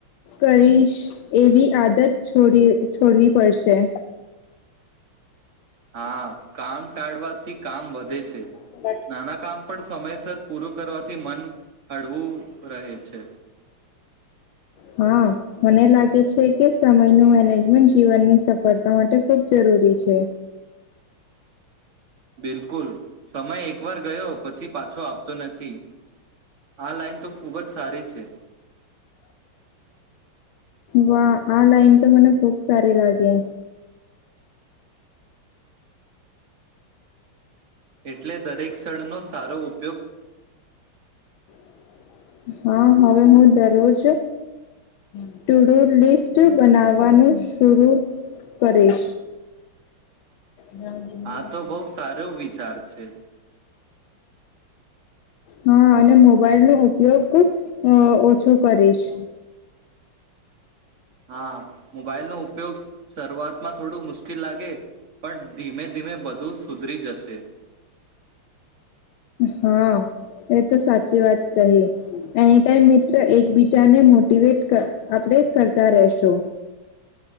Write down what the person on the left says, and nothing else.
કરીશ એવી આદત છોડી છોડવી પડશે.
<inaudible>
હા મને લાગે છે કે સમયનું મેનેજમેન્ટ જીવનની સફળતા માટે ખૂબ જરૂરી છે.
વાહ! આ લાઈન તો મને ખુબ સારી લાગી.
<inaudible> હા હવે હું દરોજ ટુ ડુ લિસ્ટ બનાવવાનું શુરૂ કરીશ. જ્યાં હુધી
<inaudible> હા, અને મોબાઈલ નો ઉપયોગ હું ઓછો કરીશ.
હા, એ તો સાચી વાત કહી એની ટાઈમ મિત્ર એકબીજાને મોટીવેટ ક આપણે કરતા રહેશું.